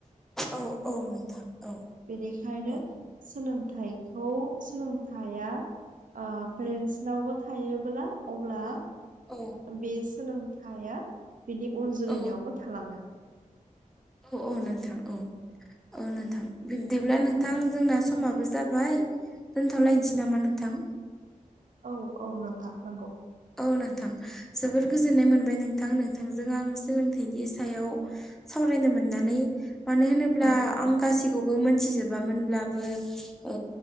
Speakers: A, in the centre; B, on the right.
A: औ औ नोंथां औ
B: बेनिखायनो
A: औ
B: सोलोंथाइखौ सोलोंथाया पेरेन्सनावबो थायोब्ला अब्ला
A: औ
B: बे सोलोंथाया बिनि उन जोलैनियावबो
A: औ
B: थालाङो
A: औ औ नोंथां औ औ नोंथां बिब्दिब्ला नोंथां जोंना समाबो जाबाय दोनथ'लायनोसै नामा नोंथां
B: औ औ नोंथां नंगौ
A: औ नोंथां जोबोर गोजोननाय मोनबाय नोंथां नोंथांजों आं सोलोंथाइनि सायाव सावरायनो मोननानै मानो होनोब्ला
B: औ औ
A: आं गासैखौबो मोन मिथिजोबामोनब्लाबो औ